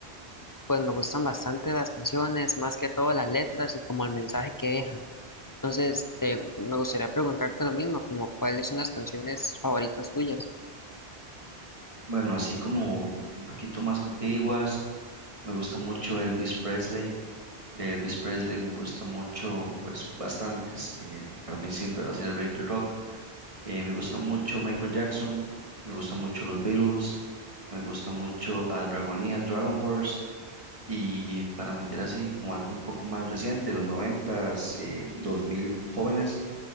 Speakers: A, on the left; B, on the right.
A: pues me gustan bastante las canciones, más que todo las letras y como el mensaje que dejan. Entonces, este, me gustaría preguntarte lo mismo, como cuáles son las canciones favoritas tuyas.
B: Bueno, así como un poquito más antiguas. Me gusta mucho Elvis Presley. De Elvis Presley me gusta mucho, pues bastantes. eh, para mí siempre va a ser el rey del rock. Eh, me gusta mucho Michael Jackson. Me gusta mucho los Beatles. Me gusta mucho a Dragonia, Dragon Force. Y para meter así como algo un poco más reciente, los noventas, eh, dos mil jóvenes,